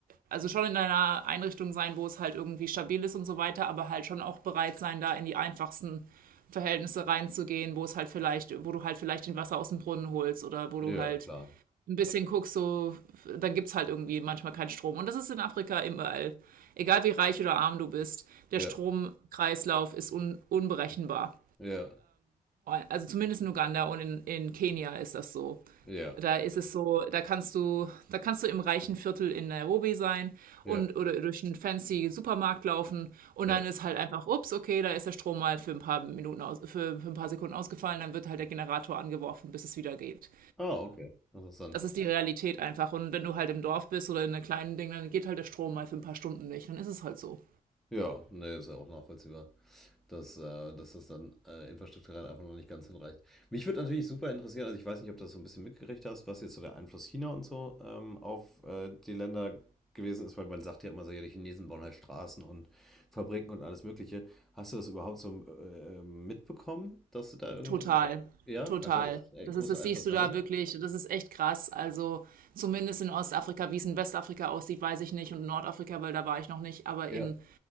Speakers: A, on the right; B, in the centre.
A: also schon in einer Einrichtung sein, wo es halt irgendwie stabil ist und so weiter, aber halt schon auch bereit sein, da in die einfachsten Verhältnisse reinzugehen, wo es halt vielleicht, wo du halt vielleicht den Wasser aus dem Brunnen holst oder wo du
B: Ja,
A: halt
B: klar.
A: ein bisschen guckst, so, dann gibt's halt irgendwie manchmal keinen Strom. Und das ist in Afrika überall. Egal wie reich oder arm du bist, der
B: Ja,
A: Stromkreislauf ist un unberechenbar.
B: ja,
A: Also zumindest in Uganda und in, in Kenia ist das so.
B: ja,
A: Da ist es so, da kannst du, da kannst du im reichen Viertel in Nairobi sein und
B: ja,
A: oder durch einen fancy Supermarkt laufen und
B: ja.
A: dann ist halt einfach, ups, okay, da ist der Strom halt für ein paar Minuten aus, für, für ein paar Sekunden ausgefallen, dann wird halt der Generator angeworfen, bis es wieder geht.
B: Ah, okay. Interessant.
A: Das ist die Realität einfach. Und wenn du halt im Dorf bist oder in einem kleinen Ding, dann geht halt der Strom mal für ein paar Stunden nicht. Dann ist es halt so.
B: Ja, nee, ist ja auch nachvollziehbar. dass, äh, dass das dann äh, infrastrukturell einfach noch nicht ganz hinreicht. Mich würde natürlich super interessieren, also ich weiß nicht, ob du das so ein bisschen mitgekriegt hast, was jetzt so der Einfluss China und so ähm, auf äh, die Länder gewesen ist, weil man sagt ja immer so, ja, die Chinesen bauen halt Straßen und Fabriken und alles Mögliche. Hast du das überhaupt so äh, mitbekommen, dass du da irgendwie
A: Total,
B: so ein... Ja,
A: total.
B: also äh,
A: Das
B: große
A: ist, das
B: Einflussnahme?
A: siehst du da wirklich. Das ist echt krass. Also zumindest in Ostafrika, wie es in Westafrika aussieht, weiß ich nicht. Und Nordafrika, weil da war ich noch nicht. Aber
B: Ja,
A: in,